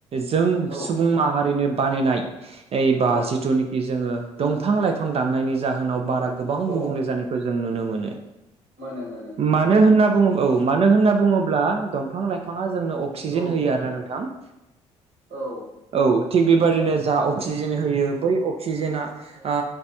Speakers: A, on the right; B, on the right.
A: जों
B: औ
A: सुबुं माहारिनो बानायनाय
B: औ
A: बा जिथुनिखि कि जोङो दंफां लाइफां दाननायनि जाहोनाव बारा गोबां
B: औ
A: गुबुंले जानायखौ जों नुनो मोनो
B: मोनो मोन
A: मानो होनना बुङो औ मानो होनना बुङोब्ला दंफां लाइफाङा जोंनो अक्सिजेन
B: औ
A: होयो आरोना नोंथां
B: औ
A: औ थिग बेबायदिनो जा अक्सिजेन होयो बै अक्सिजेना आ
B: औ